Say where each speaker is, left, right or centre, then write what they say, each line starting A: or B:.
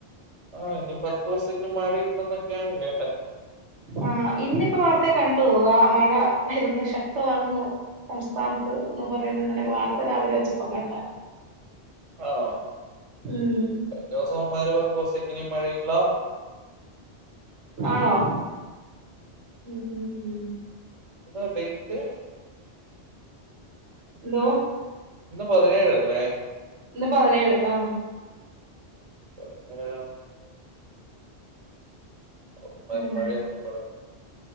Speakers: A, on the right (about 30°); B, on the right (about 80°).
A: ആഹ് ഇനി പത്ത് ദിവസത്തേക്ക് മഴ ഇല്ലന്നൊക്കെണ് കേട്ടെ.
B: ആ ഇന്നിപ്പോ വാർത്തെ കണ്ടു ആ മഴ വരുന്നു ശക്തമാകുന്നു. സംസ്ഥാനത്ത് എന്ന് പറയുന്ന ഇങ്ങനെ വാർത്ത രാവിലെ വെച്ചപ്പ കണ്ടായിരുന്നു.
A: ആണോ.
B: ഉം
A: ദിവസോം <unintelligible> പത്തീസത്തെക്കിനി മഴയില്ല <unintelligible>
B: ആണോ ഉ, ഉ, ഉ.
A: ഇന്ത ഡേറ്റ്.
B: എന്തോ?
A: ഇന്ന് പതിനേഴല്ലേ.
B: ഇന്ന് പതിനേഴ് ആ.
A: <unintelligible> <unintelligible>
B: ഉം